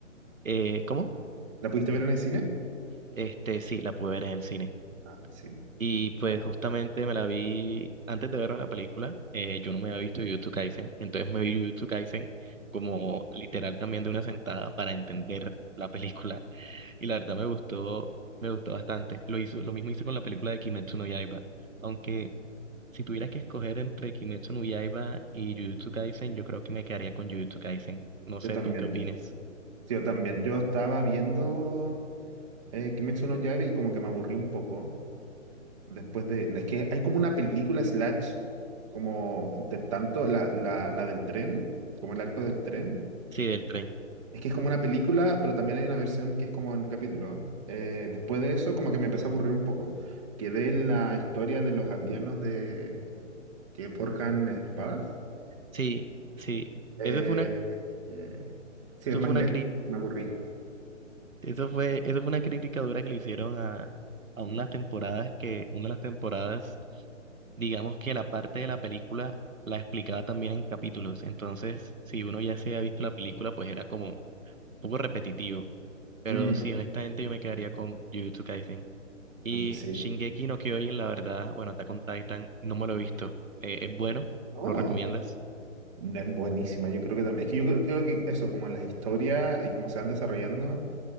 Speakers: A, on the right; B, on the right.
A: eh, ¿cómo?
B: ¿La pudiste ver en el cine?
A: Este, sí, la pude ver en el cine.
B: Ah, sí.
A: Y pues
B: Ah.
A: justamente me la vi antes de ver la película, eh, yo no me había visto Jujutsu Kaisen, entonces me vi Jujutsu Kaisen como literal también de una sentada para entender la película y la verdad me gustó, me gustó bastante. Lo hizo, lo mismo hice con la película de Kimetsu no Yaiba, aunque si tuviera que escoger entre Kimetsu no Yaiba y Jujutsu Kaisen, yo creo que me quedaría con Jujutsu Kaisen. No sé,
B: Yo también.
A: ¿tú qué opinas?
B: Sí, yo también. Yo estaba viendo eh, Kimetsu no Yaiba y como que me aburrí un poco. Después de. Es que hay como una película slash, como intertanto, la, la, la del tren, como el arco del tren.
A: Sí, del tren.
B: Es que es como una película, pero también hay una versión que es como en capítulos. Eh, después de eso, como que me empecé a aburrir un poco. Quedé en la historia de los aldeanos de que forjan espadas.
A: Sí, sí,
B: Eh,
A: eso fue una,
B: eh, sí,
A: eso
B: es más
A: fue una
B: lento,
A: crítica,
B: me aburrí.
A: Eso fue, eso fue una crítica dura que le hicieron a, a unas temporadas que, una de las temporadas, digamos que la parte de la película la explicaba también en capítulos. Entonces, si uno ya se ha visto la película, pues era como un poco repetitivo. Pero
B: Mm,
A: sí, honestamente yo me quedaría con Jujutsu Kaisen. Y
B: no, sí.
A: Shingeki no Kyojin, la verdad, bueno, Attack on Titan, no me lo he visto. Eh, ¿es bueno?
B: Oh,
A: ¿Lo recomiendas?
B: es buenísima. Yo creo que también. Es que yo creo creo que eso, como las historias y cómo se van desarrollando.